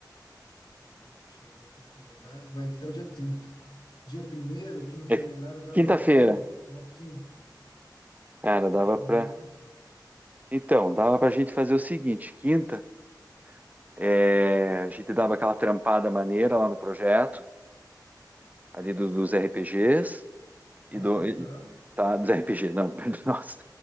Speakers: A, on the left; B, on the right.
A: Não, Deixa eu ver aqui no calendário. Vai até o dia trinta Dia primeiro aqui no calendário
B: É
A: dá
B: quinta-feira,
A: na quinta. Na quinta.
B: cara, dava
A: Dia primeiro
B: pra.
A: dá na quinta.
B: Então, dava pra gente fazer o seguinte: quinta. É, a gente dava aquela trampada maneira lá no projeto, ali do- dos RPGs
A: Tá,
B: e do e-
A: aham.
B: tá, dos RPG, não, <laughs> perdão, nossa,